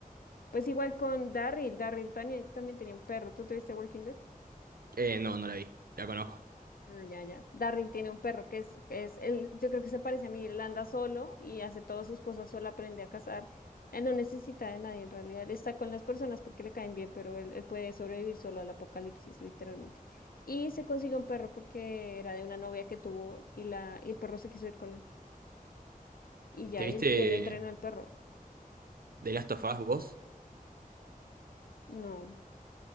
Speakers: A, on the left; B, on the right.
A: Pues igual con Darryl, Darryl también, también tenía un perro. ¿Tú tuviste Walking Dead?
B: Eh, no, no la vi. La conozco.
A: Ah, ya, ya. Darryl tiene un perro que es, es él, yo creo que se parece a mí, él anda solo y hace todas sus cosas solo, aprende a cazar. Él no necesita de nadie en realidad, él está con las personas porque le caen bien, pero él, él puede sobrevivir solo al apocalipsis, literalmente. Y se consiguió un perro porque era de una novia que tuvo y, la, y el perro se quiso ir con él. Y ya,
B: ¿Te viste
A: y él, y él entrenó al perro.
B: The Last of Us vos?
A: No,